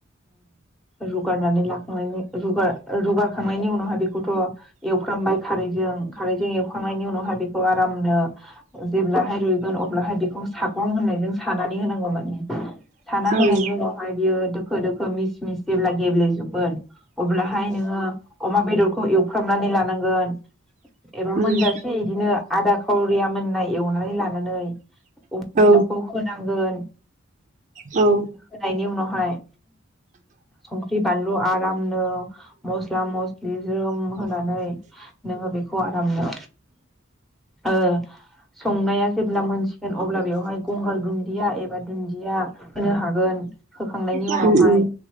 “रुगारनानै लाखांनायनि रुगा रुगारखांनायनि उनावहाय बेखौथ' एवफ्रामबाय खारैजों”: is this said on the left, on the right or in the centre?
Centre